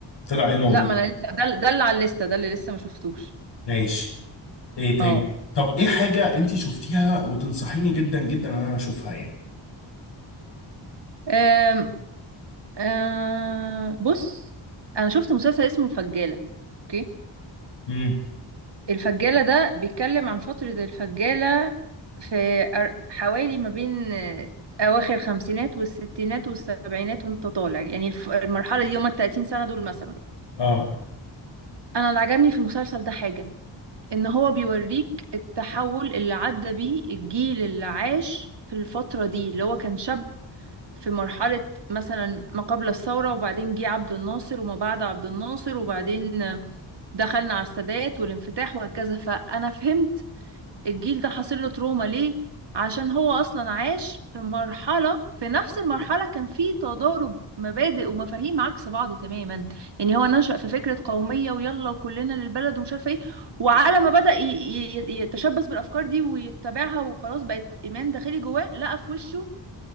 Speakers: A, on the left (about 65°); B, on the right (about 60°).
A: طلع ايه الموضوع
B: لا ما انا لسه ده ده اللي على الليسته ده اللي لسه ما شفتوش
A: ماشي ايه تاني
B: اه
A: طب ايه حاجه انت شفتيها وتنصحيني جدا جدا ان انا اشوفها يعني
B: أم، آه، بص انا شفت مسلسل اسمه الفجاله اوكي
A: مم.
B: الفجالة ده بيتكلم عن فترة الفجالة في أر- حوالي ما بين آه، أواخر الخمسينات والستينات والسبعينات وانت طالع يعني الف- المرحلة دي هما التلاتين سنة دول مثلا
A: اه
B: أنا اللي عجبني في المسلسل ده حاجة إن هو بيوريك التحول اللي عدى بيه الجيل اللي عاش في الفترة دي اللي هو كان شاب في مرحلة مثلا ما قبل الثورة وبعدين جه عبد الناصر وما بعد عبد الناصر وبعدين آه، دخلنا على السادات والانفتاح وهكذا فأنا فهمت الجيل ده حاصل له تروما ليه عشان هو اصلا عاش في مرحله في نفس المرحله كان في تضارب مبادئ ومفاهيم عكس بعض تماما يعني هو نشأ في فكره قوميه ويلا وكلنا للبلد ومش عارفه ايه وعلى ما بدأ ي- ي- يتشبث بالافكار دي ويتبعها وخلاص بقت ايمان داخلي جواه لقى في وشه